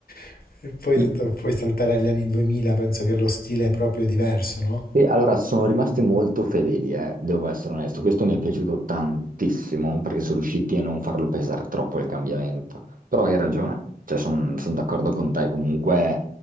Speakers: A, on the left (about 80°); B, on the right (about 65°).
A: <laughs> e poi
B: Sì.
A: tutto- poi saltare agli anni 2000, penso che lo stile è proprio diverso, no?
B: E allora sono rimasti molto fedeli, eh, devo essere onesto. Questo mi è piaciuto tantissimo perché sono riusciti a non farlo pesare troppo il cambiamento. Però hai ragione, cioè, sono d'accordo con te. Comunque